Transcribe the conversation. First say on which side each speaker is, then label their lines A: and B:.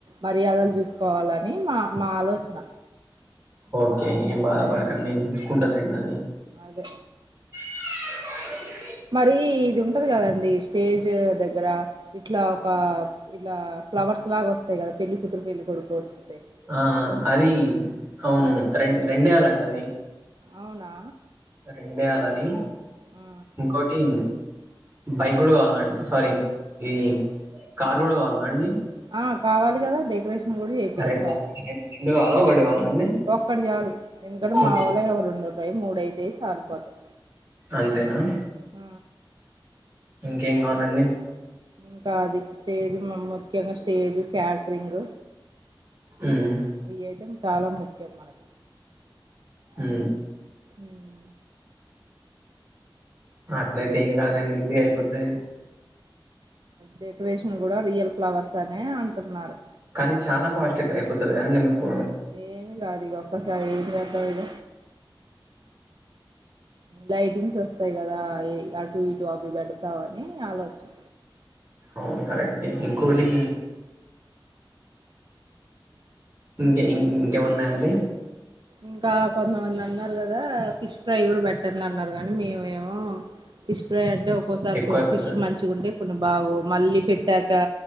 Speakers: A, on the right; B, on the right.
A: మర్యాదలు చూసుకోవాల అని మా మా ఆలోచన
B: ఓకే ఏం బాధ పడకండి నేను చూసుకుంటాండి అది
A: అదే
B: <inaudible>
A: మరి ఇది ఉంటది కదండి స్టేజ్ దగ్గర ఇట్లా ఒక ఇలా ఫ్లవర్స్లాగా వస్తాయి కదా పెళ్ళి కూతురు పెళ్లికొడుకు వస్తాయి
B: ఆ అది అవును రెం రెండేయాలండి అది
A: అవునా
B: రెండేయాల అది
A: ఆ
B: ఇంకోటి ఇన్ని బైక్ కూడా కావాలన్నాండి సారీ ఇది కార్ కూడా కావాలన్నాండి
A: ఆ కావాలి కదా డెకరేషన్ కూడా చేపియాలి
B: ర రెండు కావాల ఒకటి కావాలండి
A: ఒక్కటిచాలు ఎందుకంటే
B: ఓ,
A: మా వాళ్ళ ఎవరేండు ఉంటయి మూడయితేయి చారిపోతాయి
B: అంతేనా
A: ఉ
B: ఇంకేం కావాలండి
A: ఇంకాది స్టేజ్ ముఖ్యంగా స్టేజ్ క్యాటరింగ్
B: ఉమ్
A: ఈ ఐటమ్ చాలా ముఖ్యం మనకి
B: ఏ
A: ఉమ్
B: అట్లయితే ఏం కాదండి ఈజీ గా అయిపోతది
A: డెకరేషన్ కూడా రియల్ ఫ్లవర్స్ అనే అంటున్నారు
B: కానీ చాలా కాస్ట్ అయిపోతది కదండి మీకు
A: ఏమి కాదు ఈ ఒక్కసారి ఏం చేద్దాం ఇగ లైటింగ్స్ వస్తాయి కదా ఈ అటు ఇటు అవి పెడతావని ఆలోచన
B: అవును కరెక్ట్ ఏ ఇంకోటి ఇంకేం ఇం ఇంకేమున్నాయండి
A: ఇంకా కొంతమంది అన్నారు కదా ఫిష్ ఫ్రై కూడా పెట్టట్లే అన్నారు కానీ మిమేమో ఫిష్ ఫ్రై అంటే ఒక్కోసారి
B: ఎక్కువ
A: కొన్ని
B: అయిపోతది
A: ఫిష్ మంచిగా ఉంటే కొన్ని బాగోవు మళ్ళీ పెట్టాకా